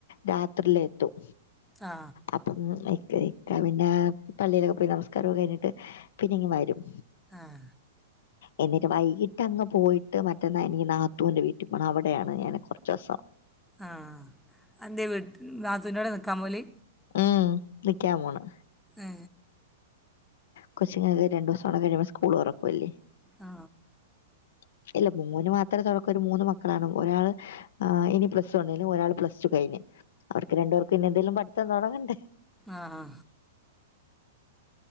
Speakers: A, on the left (about 65°); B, in the centre.
A: രാത്രിയിലെത്തും
B: ആ
A: അപ്പം കേ ആഹ് പിന്നെ പള്ളിയിലൊക്കെ പോയി നമസ്ക്കാരോം കഴിഞ്ഞിട്ട് പിന്നെ ഇങ്ങ് വരും
B: ആഹ
A: എന്നിട്ട് വൈകിട്ട് അങ്ങ് പോയിട്ട് മറ്റന്നാ എനിക്ക് നാത്തൂന്റെ വീട്ടിൽ പോണം അവിടെയാണ് ഞാൻ ഇനി കുറച്ച് ദിവസം
B: ആ അന്റെ വീട്ട് നാത്തൂന്റവിട നിൽക്കാൻ പോവല്
A: ഉം നിക്കാൻ പോണ്
B: ഏ
A: കൊച്ചുങ്ങക്ക് രണ്ടു ദിവസം കൂടാ കഴിയുമ്പോ സ്കൂൾ തുറക്കുവല്ലേ
B: ആ
A: <inaudible> ഇല്ല മോന് മാത്രം തുറക്കൂന്ന് മൂന്ന് മക്കളാണ് ഒരാൾ ഇനി പ്ലസ് വണ്ണിലും ഒരാൾ പ്ലസ് ടു കഴിഞ്ഞു അവർക്ക് രണ്ടുപേർക്ക് ഇനി എന്തെങ്കിലും പഠിത്തം തുടങ്ങണ്ടേ
B: ആഹ ആാ